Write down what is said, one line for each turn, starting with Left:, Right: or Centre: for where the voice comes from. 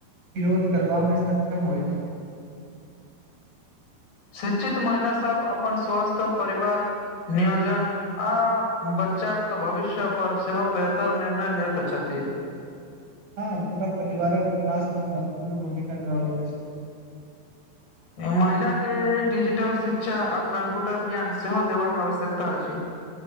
Right: विरोध करवामे सक्षम होइ‌
Left: शिक्षित महिला सब अपन स्वस्थ परिवार नियोजन ओ बच्चाके भविष्य पर सेहो बेहतर निर्णय लैत छथि
Right: हँ पूरा परिवारक विकास मे महत्वपूर्ण भूमिका निभाबे अछि
Left: महिलाके डिजिटल शिक्षा आ कम्प्यूटर ज्ञान सेहो देबाक आवश्यकता अछि